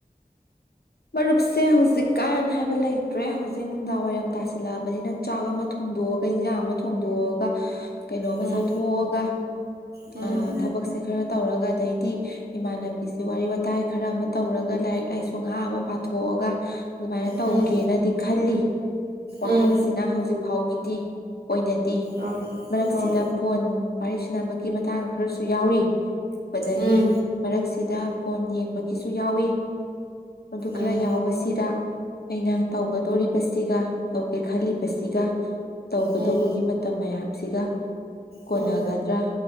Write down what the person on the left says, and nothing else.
ꯃꯔꯨꯞꯁꯦ ꯍꯧꯖꯤꯛꯀꯥꯟ ꯍꯥꯏꯕ ꯂꯩꯇ꯭ꯔꯦ ꯍꯧꯖꯤꯛ ꯅꯨꯡꯗꯥꯡ ꯋꯥꯏꯔꯝ ꯇꯥꯁꯤꯜꯂꯛꯑꯕꯅꯤꯅ ꯆꯥꯛ ꯑꯃ ꯊꯣꯡꯗꯣꯛꯑꯒ ꯏꯟꯖꯥꯡ ꯑꯃ ꯊꯣꯡꯗꯣꯛꯑꯒ ꯀꯩꯅꯣꯝꯃ
ꯆꯥꯊꯣꯛꯑꯒ
ꯑ ꯊꯕꯛꯁꯦ ꯈꯔ ꯇꯧꯔꯒ ꯑꯗꯩꯗꯤ ꯏꯃꯥꯟꯅꯕꯤꯁꯤ ꯋꯥꯔꯤ ꯋꯥꯇꯥꯏ ꯈꯔ ꯑꯃ ꯇꯧꯔꯒ ꯂꯥꯏꯔꯤꯛ ꯂꯥꯏꯁꯨ ꯉꯍꯥꯛ ꯑꯃ ꯄꯥꯊꯣꯛꯑꯒ ꯑꯗꯨꯃꯥꯏꯅ ꯇꯧꯒꯦꯅꯗꯤ
ꯈꯜꯂꯤ ꯋꯥꯈꯜꯁꯤꯅ
ꯍꯧꯖꯤꯛ ꯐꯥꯎꯒꯤꯗꯤ ꯑꯣꯏꯅꯗꯤ
ꯃꯔꯛꯁꯤꯗ
ꯐꯣꯟ ꯋꯥꯔꯤ ꯁꯅꯥꯕꯒꯤ ꯃꯇꯥꯡ ꯈꯔꯁꯨ ꯌꯥꯎꯔꯤ ꯄꯗꯒꯤ
ꯃꯔꯛꯁꯤꯗ ꯐꯣꯟ ꯌꯦꯡꯕꯒꯤꯁꯨ ꯌꯥꯎꯋꯤ ꯑꯗꯨ ꯈꯔ
ꯌꯥꯎꯕꯁꯤꯗ ꯑꯩꯅ ꯇꯧꯒꯗꯣꯔꯤꯕꯁꯤꯒ ꯇꯧꯒꯦ ꯈꯜꯂꯤꯕꯁꯤꯒ ꯇꯧꯒꯗꯧꯕꯒꯤ
ꯃꯇꯝ ꯃꯌꯥꯝꯁꯤꯒ ꯀꯣꯟꯅꯒꯗ꯭ꯔꯥ